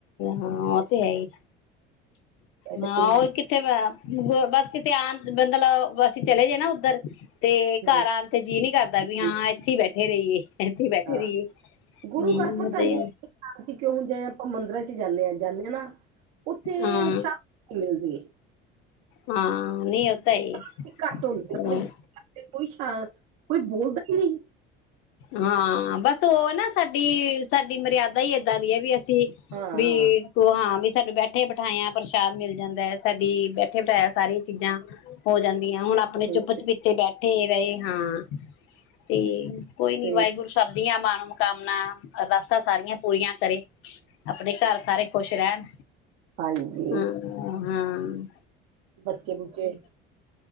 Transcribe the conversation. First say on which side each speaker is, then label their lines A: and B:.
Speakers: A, on the left; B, on the right.
A: ਹਾਂ ਉਹ ਤੇ ਹੈ ਹੀ
B: ਇਹ ਤੇ
A: ਹ
B: ਕੋਈ
A: ਉਹੀ ਕਿਥੇ ਬਸ ਕਿਤੇ ਆ ਬਲ ਬਸੀ ਚਲੇ ਜਾਣਾ ਉੱਧਰ ਤੇ
B: ਹੂੰ
A: ਘਰ ਆਉਣ ਤੇ ਜੀਅ ਨੀ ਕਰਦਾ ਵੀ ਹਾਂ
B: ਜੀ
A: ਇੱਥੇ ਹੀ ਬੈਠੇ ਰਹੀਏ ਇੱਥੇ ਬੈਠੇ
B: ਹਾਂ
A: ਰਹੀਏ
B: ਗੁਰੂ
A: ਹਮ
B: ਘਰ ਪਤਾ
A: ਤੇ
B: ਨੀ ਸ਼ਾਂਤੀ ਕਿਉਂ ਜ ਆਪਾਂ ਮੰਦਰਾਂ ਜਾਂਦੇ ਹਾਂ ਜਾਂਦੇ ਹਾਂ ਨਾ ਉੱਥੇ
A: ਹਾਂ
B: ਸ਼ਾਂਤੀ ਮਿਲਦੀ
A: ਹਾਂ ਨਹੀ ਹੋ ਤਾਂ ਹੈ
B: ਸ਼ਾਂਤੀ
A: ਈ
B: ਘੱਟ ਹੁੰਦੀ ਆਪਣੇ
A: ਹਮ
B: ਗੁਰੂ ਘਰ ਤੇ ਕੋਈ ਸ਼ ਕੋਈ ਬੋਲਦਾ ਹੀ ਨਹੀਂ
A: ਹਾਂ ਬਸ ਉਹ ਨਾ ਸਾਡੀ ਸਾਡੀ ਮਰਿਆਦਾ ਹੀ ਏਦਾਂ ਦੀ ਹੈ ਵੀ
B: ਹਾਂ
A: ਵੀ
B: ਹਾਂ
A: ਉਹ ਹਾਂ ਵੀ ਸਾਨੂੰ ਬੈਠੇ ਬਿਠਾਇਆ ਪ੍ਰਸ਼ਾਦ ਮਿਲ ਜਾਂਦਾ ਹੈ ਸਾਡੀ ਬੈਠੇ ਬਿਠਾਇਆ ਸਾਰੀਆਂ ਚੀਜ਼ਾਂ ਹੋ ਜਾਂਦੀ। ਹੁਣ ਆਪਣੇ ਚੁੱਪ
B: ਹੂੰ
A: ਚੁਪੀਤੇ ਬੈਠੇ ਰਹੇ। ਹਾਂ ਤੇ ਕੋਈ ਨੀ
B: ਤੇ
A: ਵਾਹਿਗੁਰੂ ਸਬ ਮਾਂ ਨੂੰ ਕਾਮਨਾ ਅਰਦਾਸਾਂ ਸਾਰੀਆਂ ਪੂਰੀਆਂ ਕਰੇ ਆਪਣੇ ਘਰ ਸਾਰੇ ਖੁਸ਼ ਰਹਿਣ
B: ਹਾਂਜੀ।
A: ਹਮ ਹਮ ਹਮ
B: ਬੱਚੇ ਬੁੱਚੇ